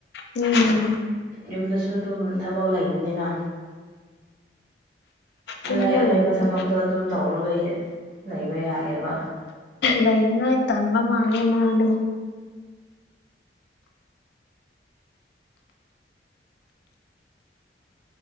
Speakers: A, on the left; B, on the right.
A: ꯎꯝ
B: ꯌꯨꯝꯗꯁꯨ ꯑꯗꯨꯝ ꯊꯕꯛ ꯂꯩꯕꯅꯤꯅ
A: ꯌꯨꯝꯗ
B: ꯑꯂꯩ ꯑꯂꯩꯕ
A: ꯂꯩꯇꯦ
B: ꯊꯕꯛꯇꯣ ꯑꯗꯨꯝ ꯇꯧꯔ ꯂꯩ ꯂꯩ <unintelligible> ꯌꯥꯏꯑꯦꯕ
A: ꯂꯩꯥꯏꯅ ꯇꯟꯕ ꯃꯥꯂꯦ ꯃꯥꯂ